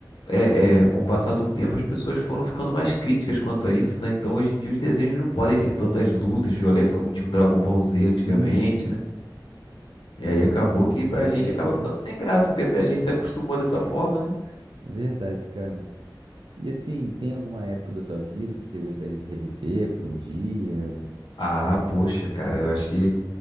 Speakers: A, on the left (about 75°); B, on the right (about 85°).
A: é, é, com o passar do tempo, as pessoas foram ficando mais críticas quanto a isso, né? Então, hoje em dia, os desenhos não podem ter tantas lutas violentas como tinha um Dragon Ball Z antigamente,
B: uhum.
A: né? E aí acabou que pra
B: É,
A: gente
B: e acaba.
A: acaba ficando sem graça, porque se a gente se acostumou dessa forma, né?
B: Verdade, cara. E assim, tem alguma época da sua vida que você gostaria de reviver por um dia?
A: Ah, poxa, cara, eu acho que